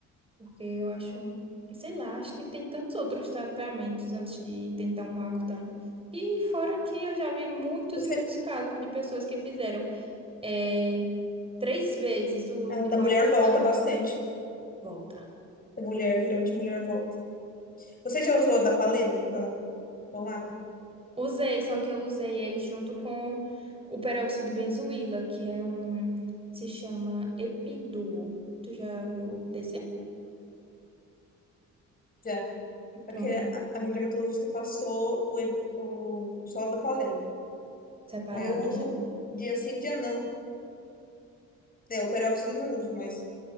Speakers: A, on the right; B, on the left.
A: porque eu acho, sei lá, acho que tem tantos outros tratamentos antes de tentar um Roacutan. E fora que eu já vi muitos
B: Você,
A: e muitos casos de pessoas que fizeram é, três vezes o uso
B: a
A: de
B: da
A: Roacutan.
B: mulher volta bastante.
A: Volta.
B: Da mulher, geralmente a mulher volta. Você já usou a da Paleno? Pra, pra um lado?
A: Usei, só que eu usei ele junto com o peróxido de benzoíla, que é um. Se chama Epiduo. Tu já viu desse?
B: Já. Porque
A: Pronto,
B: a, a minha dermatologista passou o, e- o só da Paleno.
A: separado,
B: Aí eu uso
A: né?
B: dia sim, dia não. É, o peróxido eu não uso, mas.